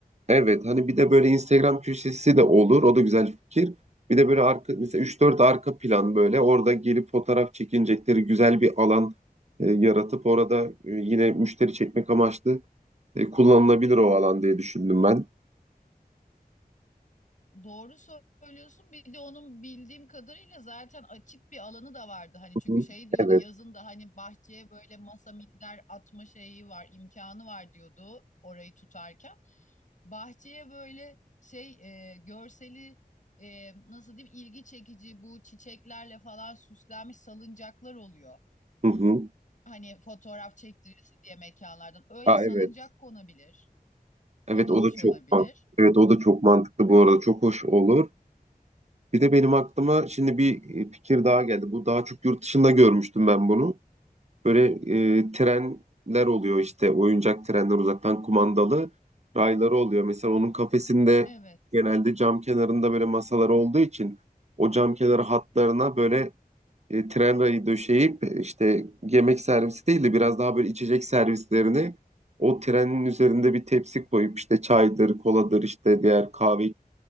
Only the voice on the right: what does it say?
evet hani bir de böyle Instagram köşesi de olur. O da güzel fikir. Bir de böyle arka mesela üç dört arka plan böyle orada gelip fotoğraf çekinecekleri güzel bir alan e, yaratıp orada e, yine müşteri çekmek amaçlı E, kullanılabilir o alan diye düşündüm ben.
Hı
hı.
Evet.
Hı hı.
Aa,
evet.
Evet
o
da çok
mantıklı. Evet o da çok mantıklı bu arada. Çok hoş olur. Bir de benim aklıma şimdi bir e, fikir daha geldi. Bu daha çok yurt dışında görmüştüm ben bunu. Böyle e, trenler oluyor işte oyuncak trenler uzaktan kumandalı rayları oluyor. Mesela onun kafesinde
genelde cam kenarında böyle masalar olduğu için o cam kenarı hatlarına böyle e, tren rayı döşeyip e, işte yemek servisi değil de biraz daha böyle içecek servislerini o trenin üzerinde bir tepsi koyup işte çaydır, koladır işte diğer kahve